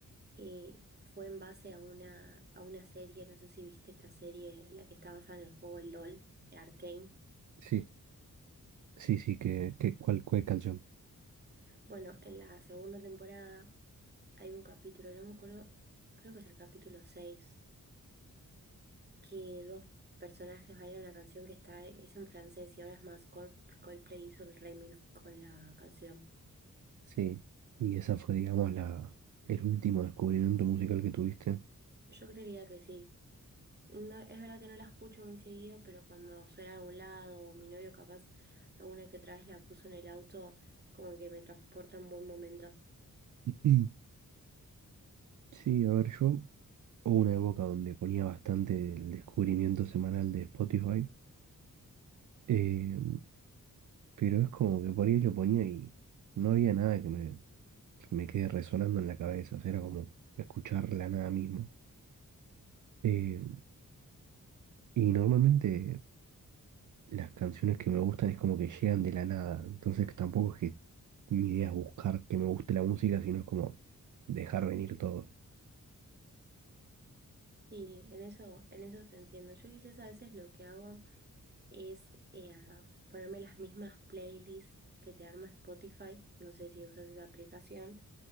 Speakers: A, on the right (about 30°); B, on the right (about 60°).
A: eh, fue en base a una, a una serie, no sé si viste esta serie, la que está basada en el juego LOL, eh, Arcane.
B: Sí, sí, sí, que, que ¿cuál, cuál canción?
A: Bueno, en la segunda temporada hay un capítulo, no me acuerdo, creo que es el capítulo 6 que dos personajes bailan una canción que está, es en francés y ahora es más Col- Coldplay hizo el remix con la canción.
B: Sí. Y esa fue, digamos, la, el último descubrimiento musical que tuviste. <clears throat>
A: Yo creería que sí, No, es verdad que no la escucho muy seguido, pero cuando suena a algún lado, o mi novio capaz alguna que otra vez la puso en el auto, como que me transporta a un buen momento.
B: Mm. Sí, a ver, yo hubo una época donde ponía bastante el descubrimiento semanal de Spotify. Eh, Pero es como que por ahí lo ponía y no había nada que me, que me quede resonando en la cabeza. O sea, era como escuchar la nada misma. Eh, y normalmente las canciones que me gustan es como que llegan de la nada. Entonces tampoco es que mi idea es buscar que me guste la música, sino es como dejar venir todo.
A: Y en eso, en eso te entiendo. Yo quizás a veces lo que hago es eh, a- ponerme las mismas playlists que te arma Spotify, no sé si usas esa aplicación,